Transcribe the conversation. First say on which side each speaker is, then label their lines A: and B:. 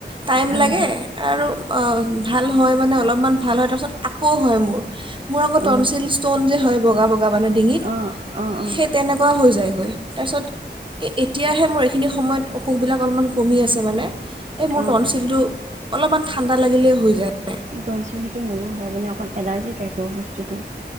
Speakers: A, on the right (about 25°); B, on the right (about 45°).
A: টাইম
B: ভাল
A: লাগে
B: হ'ল
A: আৰু ভাল হয় মানে অলপমান ভাল হয় তাৰপিছত আকৌ হয় মোৰ। মোৰ আকৌ
B: অঁ
A: টনচিল ষ্টন যে হয় বগা বগা মানে ডিঙিত।
B: অঁ অঁ অঁ
A: সেই তেনেকুৱা হৈ যায়গৈ তাৰপিছত এই। তেতিয়াহে মোৰ এইখিনি সময়ত অসুখবিলাক অলপমান কমি আছে মানে। এই মোৰ
B: অঁ
A: টনচিলটো অলপমান ঠাণ্ডা লাগিলে হৈ যায়।
B: টনছিল সেইটো মোৰো হয় মানে অকণমান এলাৰ্জি টাইপৰ বস্তুটো।